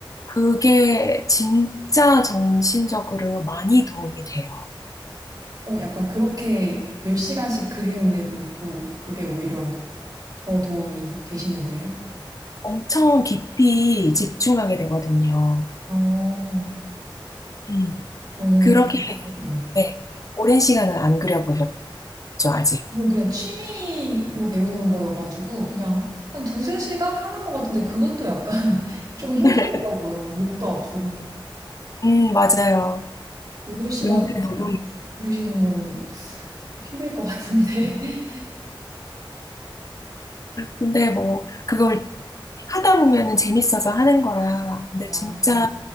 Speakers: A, on the left; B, on the right.
A: 그게 진짜 정신적으로 많이 도움이 돼요.
B: 어, 약간 그렇게 몇 시간씩 그리는데도 또 그게 오히려 더 도움이 되시는 거예요?
A: 엄청 깊이 집중하게 되거든요.
B: 어,
A: 음.
B: 저는
A: 그렇게
B: 그냥, 네.
A: 네. 오랜 시간은 안 그려보셨죠, 아직?
B: 이건 그냥 취미로 배우는 거여가지고 그냥 한 두세 시간 하는 것 같은데 그것도 약간 <laughs> 조금 힘들더라고요.
A: <laughs>
B: 목도 아프고.
A: 음, 맞아요.
B: 여덟 시간
A: 은근
B: 그냥
A: 노동.
B: 그리시는 거면 힘들 것 같은데. <laughs>
A: 근데 뭐, 그걸 하다 보면은 재밌어서 하는 거라. 근데
B: 아,
A: 진짜